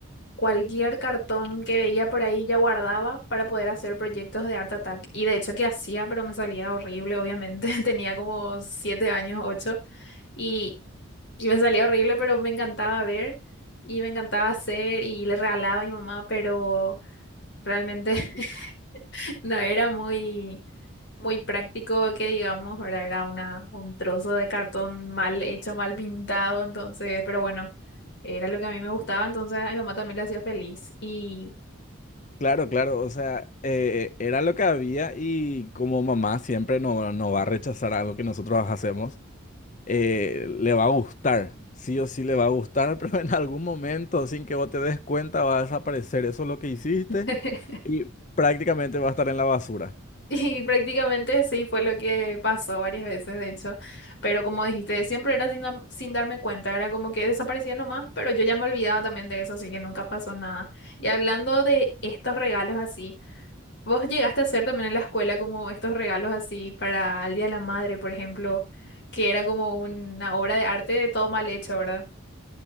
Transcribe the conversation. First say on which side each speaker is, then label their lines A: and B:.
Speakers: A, on the left; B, on the left.
A: Cualquier cartón que veía por ahí ya guardaba para poder hacer proyectos de Art Attack. Y de hecho que hacía, pero me salía horrible, obviamente. <laughs> Tenía como siete años, ocho. Y, y me salía horrible, pero me encantaba ver y me encantaba hacer y le regalaba a mi mamá, pero realmente <laughs> no era muy, muy práctico que digamos, ¿verdad? Era una, un trozo de cartón mal hecho, mal pintado, entonces, pero bueno, era lo que a mí me gustaba, entonces a mi mamá también le hacía feliz. Y
B: Claro, claro, o sea, eh, era lo que había y como mamá siempre no, no va a rechazar algo que nosotros hacemos. eh, le va a gustar. Sí o sí le va a gustar, <laughs> pero en algún momento, sin que vos te des cuenta, va a desaparecer. Eso es lo que hiciste
A: <laughs>
B: y prácticamente va a estar en la basura.
A: Y prácticamente sí fue lo que pasó varias veces, de hecho. Pero como dijiste, siempre era sin, dam- sin darme cuenta, era como que desaparecía nomás, pero yo ya me olvidaba también de eso, así que nunca pasó nada. Y hablando de estos regalos así, ¿vos llegaste a hacer también en la escuela como estos regalos así para el Día de la Madre, por ejemplo, que era como una obra de arte de todo mal hecho, ¿verdad?